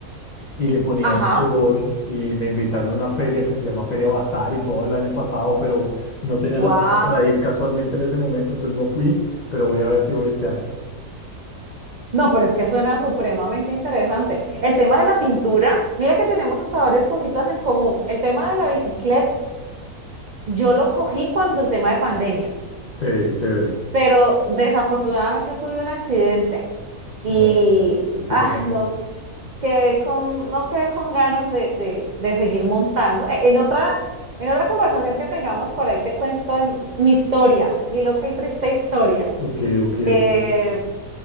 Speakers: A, on the left (about 70°); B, on the right (about 70°).
A: y le ponía
B: Ajá.
A: un color y me invitaron a una feria que se llama Feria Bazar y todo el año pasado, pero no tenía
B: ¡Wow!
A: la plata para ir casualmente en ese momento, entonces no fui, pero voy a ver si voy este año.
B: No, pero es que suena supremamente interesante. El tema de la pintura, mira que tenemos hasta varias cositas en común. El tema de la bicicleta, yo lo cogí cuando el tema de pandemia,
A: Sí, chévere.
B: pero desafortunadamente tuve un accidente y
A: No, uy, ¿qué
B: ah,
A: te pasó?
B: no quedé con, no quedé con ganas de, de, de seguir montando. E- En otra, en otra conversación que tengamos por ahí te cuento en- mi historia, mi loca y triste historia.
A: Ok, ok,
B: Eh,
A: ok.